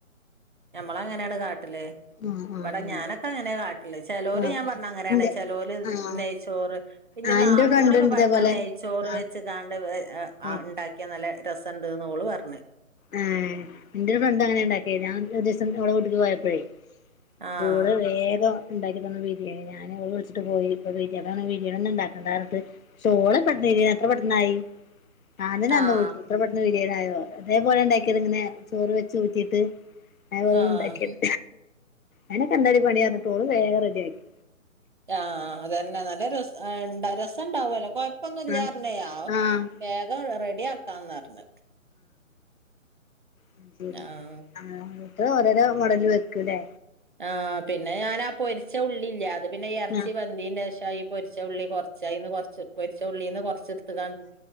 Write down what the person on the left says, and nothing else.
ആഹ് ആഹ്
ആഹ്
ആഹ്
ഇന്റെ
ആഹ്
ആഹ്
എന്റെ ഫ്രണ്ട്ണ്ട്
ഇതേപോലെ
ആഹ്
ആഹ്
ആ എന്റെ ഒരു ഫ്രണ്ട് അങ്ങനെ ഉണ്ടാക്കി ഞാൻ ഒരു ദിവസം ഓളെ വിട്ടിക്ക് പോയപ്പോഴേ
കൂടെ വേഗം ഉണ്ടാക്കി തന്ന ബിരിയാണി ഞാന് അവള്‍ വിളിച്ചിട്ടും പോയില്ല അത് ആന്ന് ബിരിയാണി ഉണ്ടാക്കട പറഞ്ഞിട്ട് <unintelligible> എത്ര പെട്ടെന്നായി
അത്
അന്തോ കട്ടി ഇത്ര പെട്ടെന്ന് ബിരിയാണായി അതേപോലെ ഉണ്ടാക്കിയത് ഇങ്ങനെ ചോറ് വെച്ച് ഊറ്റീട്ട് <unintelligible>
ഉണ്ടാക്കിയത് അങ്ങനെ <unintelligible> പണി വേഗം റെഡിയ ആക്കി
ആഹ്
ആഹ്
അ ശരി
എന്നിട്ട് ഓരോരോ മോഡല് വെക്കുംല്ലേ
ആഹ്